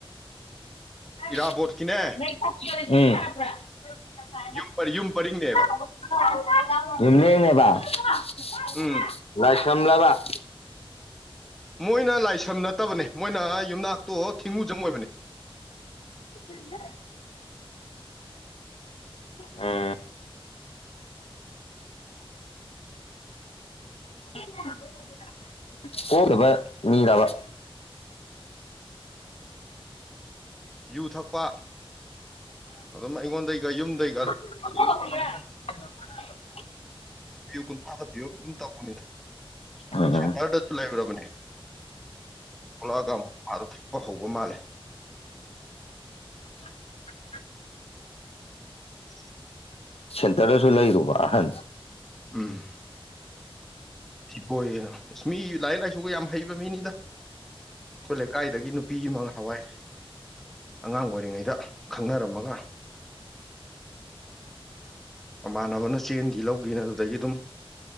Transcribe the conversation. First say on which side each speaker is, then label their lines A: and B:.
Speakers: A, on the left; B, in the centre.
A: ꯎꯝ
B: ꯏꯔꯥꯕꯣꯠꯀꯤꯅꯦ ꯌꯥꯝ ꯌꯨꯝ ꯄꯔꯤꯡꯅꯦꯕ
A: <inaudible>
B: ꯎꯝ
A: ꯂꯥꯏꯁ꯭ꯔꯝꯂꯥꯕꯥ
B: ꯃꯣꯏꯅ ꯂꯥꯏꯁ꯭ꯔꯝ ꯅꯠꯇꯕꯅꯦ ꯃꯣꯏꯅ ꯌꯨꯝꯅꯥꯛꯇꯣ ꯊꯤꯡꯉꯨꯖꯝ ꯑꯣꯏꯕꯅꯤ
A: <inaudible> ꯎꯝ <unintelligible> ꯃꯤꯔꯥꯕꯥ <inaudible>
B: ꯌꯨ ꯊꯛꯄ ꯑꯗꯨꯝ ꯑꯩꯉꯣꯟꯗꯩꯒ ꯌꯨꯝꯗꯩꯒ
A: <inaudible>
B: ꯌꯨ ꯀꯨꯟꯊ꯭ꯔꯥꯇ ꯄꯤꯌꯨ ꯑꯗꯨꯝ ꯇꯧꯕꯅꯤꯗ
A: ꯎꯝ
B: ꯁꯦꯟꯇꯔꯗꯁꯨ ꯂꯩꯔꯨꯔꯕꯅꯦ ꯊꯣꯛꯂꯛꯑꯒ ꯃꯄꯥꯥꯗ ꯊꯛꯄ ꯍꯧꯕ ꯃꯥꯜꯂꯦ
A: <inaudible>
B: <inaudible>
A: ꯁꯦꯟꯇꯔꯗꯁꯨ ꯂꯩꯔꯨꯕ ꯑꯍꯟ
B: ꯎꯝ <unintelligible> ꯑꯁ ꯃꯤ ꯂꯥꯏꯔꯤꯛ ꯂꯥꯏꯁꯨꯒ ꯌꯥꯝ ꯍꯩꯕ ꯃꯤꯅꯤꯗ ꯑꯩꯈꯣꯏ ꯂꯩꯀꯥꯏꯗꯒꯤ ꯅꯨꯄꯤ ꯑꯃ ꯅꯍꯥꯟꯋꯥꯏ ꯑꯉꯥꯡ ꯑꯣꯏꯔꯤꯉꯩꯗ ꯈꯪꯅꯔꯝꯃꯒ ꯃꯃꯥꯟꯅꯕꯅ ꯆꯦꯟꯒꯤ ꯂꯧꯒꯤꯅ ꯑꯗꯨꯗꯒꯤ ꯗꯨꯝ